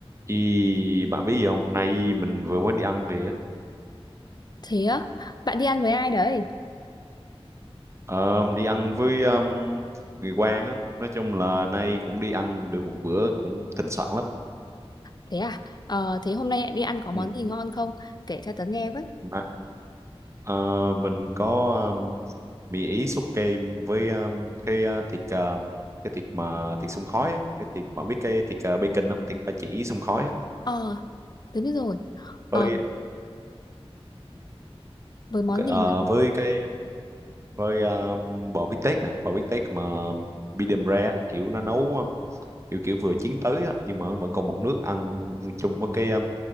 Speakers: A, on the right; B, on the left.
A: Ý, bạn biết gì không? Nay mình vừa mới đi ăn về á.
B: Thế á, bạn đi ăn với ai đấy?
A: Ờ, đi ăn với um, người quen á. Nói chung là nay cũng đi ăn được một bữa cũng thịnh soạn lắm.
B: Thế à, ờ, thế hôm nay đi ăn có món
A: Ừ.
B: gì ngon không? Kể cho tớ nghe với.
A: Mà, ờ, mình có um, mì Ý sốt kem với um, cái ờ, thịt ờ, cái thịt mà thịt xông khói á. Cái thịt bạn biết cái thịt ờ, bacon không? Thịt ba chỉ xông khói á.
B: Ờ, tớ biết rồi. Ờ,
A: Với
B: với món
A: ok,
B: gì
A: ờ,
B: nữa?
A: với cái với um, bò bít tết nè, bò bít tét mà medium rare á. kiểu nó nấu kiểu kiểu vừa chiến tới á, nhưng mà vẫn còn một nước ăn chung với cái ờ,